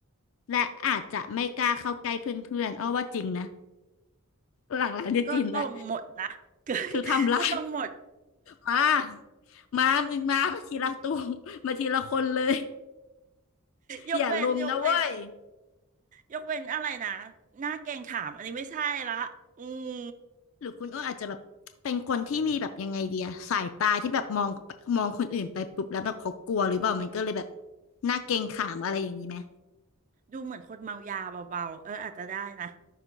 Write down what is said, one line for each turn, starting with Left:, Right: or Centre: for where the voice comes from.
Left: และอาจจะไม่กล้าเข้าใกล้เพื่อนๆอ้อว่าจริงนะหลังๆเนี่ยจริงแล้ว
Right: ก็ตรงหมดนะ
Left: คือทำลาย
Right: ก็ตรงหมด
Left: มามามึงมามาทีละตัว <laughs> มาทีละคนเลย
Right: ยกเว้นยกเว้น
Left: อย่าลุมนะเว้ย
Right: ยกเว้นอะไรนะหน้าแกงขามอันนี้ไม่ใช่ละอืม
Left: หรือคุณอ้นอาจจะแบบเป็นคนที่มีแบบยังไงเดียสายตาที่แบบมองมองคนอื่นไปปุ๊บแล้วแบบเขากลัวหรือเปล่ามันก็เลยแบบหน้าเกรงขามอะไรอย่างนี้ไหม
Right: ดูเหมือนคนเมายาเบาๆเอออาจจะได้นะ